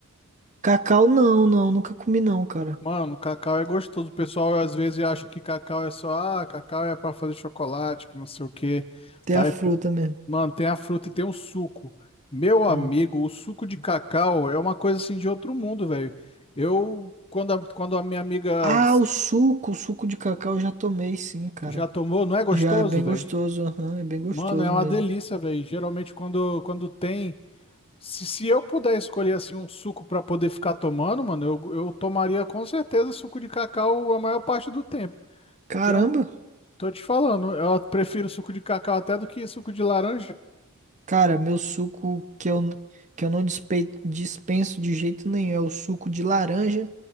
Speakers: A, on the right; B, on the left.
A: Cacau não, não, nunca comi não, cara.
B: Mano, cacau é gostoso. O pessoal às vezes acha que cacau é só, ah, cacau é pra fazer chocolate, que não sei o quê.
A: Até
B: Tá,
A: a fruta
B: é-
A: mesmo.
B: Mano, tem a fruta e tem o suco. Meu amigo,
A: Hum.
B: o suco de cacau é uma coisa assim de outro mundo, velho. Eu, quando a, quando a minha amiga
A: Ah, o suco, o suco de cacau eu já tomei, sim, cara.
B: tu já tomou, não é gostoso,
A: Já é bem
B: velho?
A: gostoso, aham, é bem gostoso
B: Mano, é uma
A: mesmo.
B: delícia, velho. Geralmente quando, quando tem. Se, se eu puder escolher assim um suco pra poder ficar tomando, mano, eu, eu tomaria com certeza suco de cacau a maior parte do tempo.
A: Caramba,
B: Que é um, tô te falando, eu prefiro suco de cacau até do que suco de laranja.
A: cara, meu suco que eu, que eu não dispe- dispenso de jeito nenhum é o suco de laranja